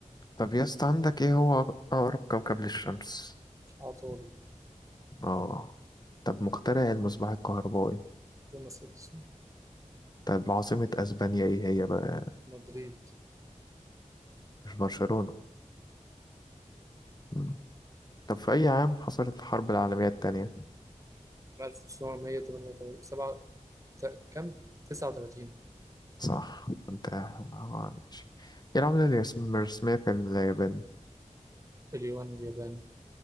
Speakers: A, on the left; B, on the right.
A: طب يا اسطى عندك ايه هو اقرب كوكب للشمس
B: عطارد
A: اه طب مخترع المصباح الكهربائي
B: توماس اديسون
A: طب عاصمه اسبانيا ايه هي بقى
B: مدريد
A: مش برشلونه مم. طب في اي عام حصلت الحرب العالميه التانية
B: 1938 سبعة ت... كم 39
A: صح انت اه ماشي ايه العملة اللي اسم- مرسومية في اليابان
B: اليوان الياباني